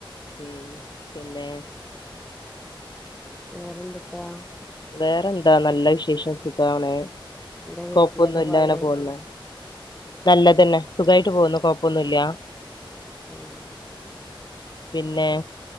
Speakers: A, on the left; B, in the centre.
A: ഉം പിന്നെ
B: വേറെന്തുട്ടാ.
A: വേറെന്താ നല്ല വിശേഷം സുഖണ്.
B: എന്റെ വീട്ടിലൊക്കെ
A: കൊപ്പൊന്നും ഇല്ലങ്ങനെ
B: പാട്
A: പോകുന്ന്. നല്ലത്ന്നെ സുഖായിട്ട് പോകുന്നു കൊഴപ്പൊന്നുമല്ല.
B: ഉം
A: പിന്നെ